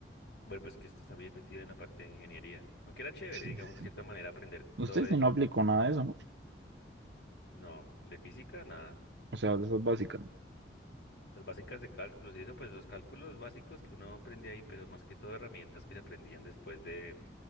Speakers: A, on the left (about 85°); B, on the right (about 80°).
A: Bueno, pues que usted está bien metido en la parte de ingeniería. Aunque era chévere,
B: Sí,
A: digamos,
B: sí.
A: de
B: sí.
A: cierta manera, aprender
B: Usted
A: todo eso.
B: sí no aplicó nada de eso, ¿no?
A: No, de física, nada.
B: O sea, de eso es básica. ¿no?
A: Las básicas de cálculos y eso, pues los cálculos básicos que uno aprende ahí, pero más que todo herramientas que se aprendían después de,